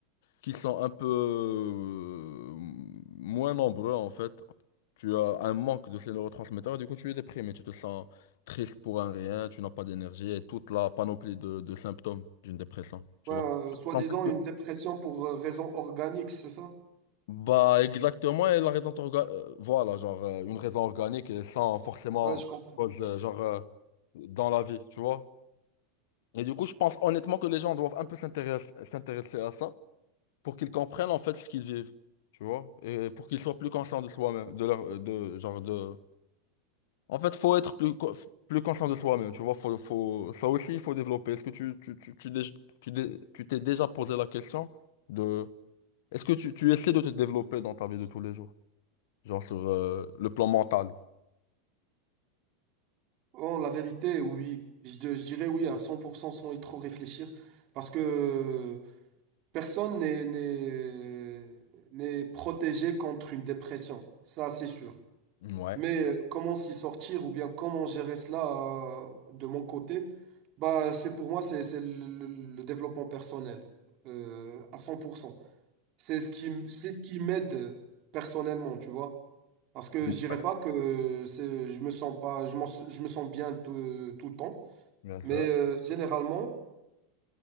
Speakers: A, on the left (about 70°); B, on the right (about 50°).
A: qui sont un peu euh, moins nombreux en fait. Tu as un manque de ces neurotransmetteurs et du coup tu es déprimé, tu te sens triste pour un rien, tu n'as pas d'énergie et toute la panoplie de, de symptômes d'une dépression, tu
B: Ouais,
A: vois.
B: euh, soi-disant
A: En fait,
B: une dépression pour euh, raison organique, c'est ça?
A: Bah, exactement, et la raison orga- euh, voilà, genre euh, une raison organique et sans forcément
B: Ouais, je comprends.
A: cause, euh, genre euh, dans la vie, tu vois. Et du coup, je pense honnêtement que les gens doivent un peu s'intéresser s'intéresser à ça pour qu'ils comprennent en fait ce qu'ils vivent, tu vois, et pour qu'ils soient plus conscients de soi-même, de leur euh, de genre de En fait, faut être plus co- plus conscient de soi-même, tu vois, faut, faut ça aussi il faut développer. Est-ce que tu tu tu tu dé- tu dé- tu t'es déjà posé la question de est-ce que tu, tu essaies de te développer dans ta vie de tous les jours? Genre sur euh, le plan mental.
B: Oh, la vérité, oui. Je, di- je dirais oui à 100% sans y trop réfléchir. Parce que euh, personne n'est, n'est, n'est protégé contre une dépression. Ça, c'est sûr.
A: Ouais,
B: Mais euh, comment s'y sortir ou bien comment gérer cela euh, de mon côté, bah, c'est pour moi, c'est, c'est le, le- le développement personnel euh, à 100%. C'est ce qui, m- c'est ce qui m'aide personnellement, tu vois. Parce que je
A: Ouais.
B: dirais pas que c'est, je me sens pas, je m'en- je me sens bien tout, tout le temps.
A: bien
B: Mais
A: sûr.
B: euh, généralement,